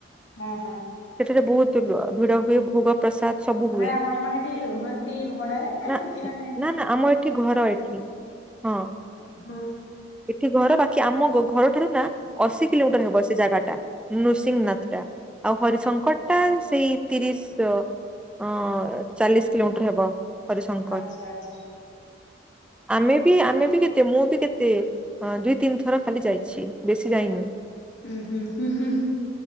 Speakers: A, on the left; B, in the centre.
A: ହଁ ହଁ
B: ସେଠାରେ ବହୁତ ଲୁ ଭିଡ ହୁଏ। ଭୁଗ ପ୍ରସାଦ ସବୁ ହୁଏ
A: ମାନେ ଆପଣ କଣ ସେଠି ରୁହନ୍ତି ଭଡାରେ
B: ନା
A: ଏମିତି ମାନେ
B: ନା ନା ଆମ ଏଠି ଘର ଏଠି ହଁ।
A: ଓ ହୁଁ।
B: ଏଠି ଘର ବାକି ଆମ ଘର ଠାରୁ ନା ଅଶୀ କିଲୋମିଟର ହେବ। ସେ ଜାଗାଟା ନୃସିଂହନାଥ ଟା ଆଉ ହରିଶଙ୍କର ଟା ସେଇ ତିରିଶ ଓ ହଁ, ଚାଳିଶ କିଲୋମିଟର ହେବ। ହରିଶଙ୍କର
A: ଆଚ୍ଛା ଆଚ୍ଛା।
B: ଆମେ ବି ଆମେ ବି କେତେ ମୁଁ ବି କେତେ ହଁ, ଦୁଇ ତିନିଥର ଖାଲି ଯାଇଛି ବେଶୀ ଯାଇନି।
A: ଉୁଁ ହୁଁ ହୁଁ ହୁଁ